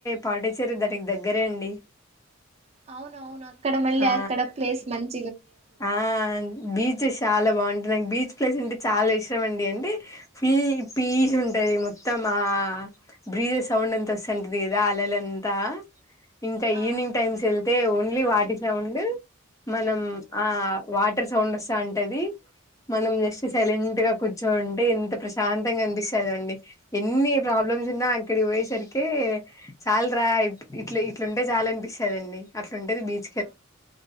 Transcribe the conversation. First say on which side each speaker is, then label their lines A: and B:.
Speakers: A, on the left (about 15°); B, on the right (about 30°).
A: పాటచ్చేరి దానికి దగ్గరే అండి
B: అవున అవును అక్కడ మళ్ళీ
A: ఆ
B: అక్కడ ప్లేస్ మంచి
A: ఆ బీచ్ చాలా బాగుంటాయి నాకు బీచ్ ప్లేస్ అంటే చాల ఇష్టం అండి అంటే ఫుల్ పీచ్ ఉంటది మొత్తం ఆ <unintelligible> సౌండ్ అంత వ సంటది ఇదా అలల్ అంతా ఇంకా
B: ఆ
A: ఈవినింగ్ టైమ్స్ వెళ్తే ఓన్లీ వాటి సౌండ్ మనం ఆ వాటర్ సౌండ్ వస్తా ఉంటది మనం జస్ట్
B: ఉమ్.
A: సైలెంట్ గా చోంటే ఎంత ప్రశాంతంగా అనిపిస్తుందిండి ఎన్ని ప్రాబ్లమ్స్ ఉన్నా అక్కడి పోయేసరికే చాలురా ఇట్ ఇలుంటే చాల అనిపిస్తుదండి అట్లాంటేది బీచ్
B: ఆ